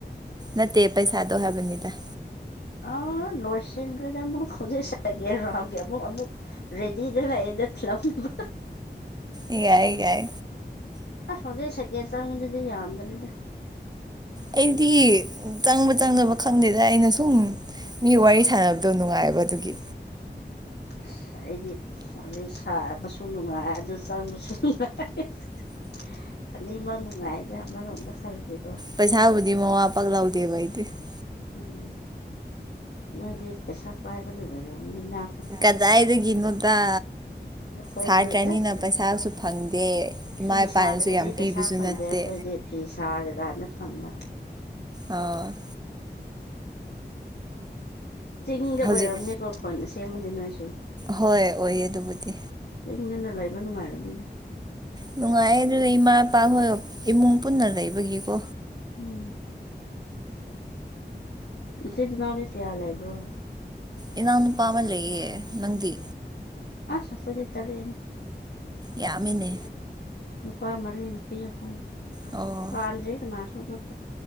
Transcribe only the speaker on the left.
ꯑꯥ ꯅꯣꯏꯁꯤꯡꯈ꯭ꯔꯦꯗ ꯃꯨꯛ꯫ ꯍꯧꯖꯤꯛ ꯁꯥꯒꯦ ꯔꯥꯎꯟꯒꯤ ꯑꯃꯨꯛ ꯑꯃꯨꯛ ꯔꯦꯗꯤꯗ ꯂꯩꯑꯦꯗ ꯊꯤꯜꯂꯝꯕ꯫
ꯑꯁ ꯍꯧꯖꯤꯛ ꯁꯦꯀꯦꯟ ꯆꯪꯕꯗꯨꯗꯤ ꯌꯥꯝꯗ꯭ꯔꯦꯗ꯫
ꯑꯁ ꯑꯩꯗꯤ ꯋꯔꯤ ꯁꯥꯕꯁꯨ ꯅꯨꯡꯉꯥꯏ ꯑꯗꯨ ꯆꯪꯕꯁꯨ ꯅꯨꯡꯉꯥꯏ꯫ <unintelligible> ꯑꯅꯤꯃꯛ ꯅꯨꯡꯉꯥꯏꯗ ꯑꯃꯔꯣꯝꯗ ꯈꯜꯂꯗꯤꯀꯣ
ꯎꯝ ꯅꯣꯏꯗꯤ ꯄꯩꯁꯥ ꯄꯥꯏꯕꯒꯤ ꯑꯣꯏꯔꯝꯒꯅꯤꯅ
ꯑꯩꯈꯣꯏꯗꯤ
ꯑꯁ
ꯐꯤ
ꯁꯥꯗ꯭ꯔꯗꯤ
ꯄꯩꯁꯥ ꯐꯪꯗꯦ
ꯑꯩꯈꯣꯏꯗꯤ ꯐꯤ ꯁꯥꯔꯀꯥꯟꯗ ꯐꯪꯕ
ꯆꯤꯡꯗ
ꯑꯣꯏꯔꯝꯅꯤꯀꯣ ꯈꯨꯟ ꯑꯁꯦꯡꯕꯗꯤ ꯅꯣꯏꯁꯨ
ꯆꯤꯡꯗꯅ ꯂꯩꯕ ꯅꯨꯡꯉꯥꯏꯔꯅꯤꯗ
ꯎꯝ ꯏꯆꯤꯟ ꯏꯅꯥꯎꯗꯤ ꯀꯌꯥ ꯂꯩꯕ꯭ꯔꯣ
ꯑꯁ ꯑꯩꯈꫭꯏꯗꯤ ꯇꯔꯦꯠꯅꯤ
ꯅꯨꯄꯥ ꯃꯔꯤ ꯅꯨꯄꯤ ꯑꯍꯨꯝ
ꯄꯥꯟꯗ꯭ꯔꯤ ꯀꯅꯥꯁꯨ ꯑꯃꯠꯇ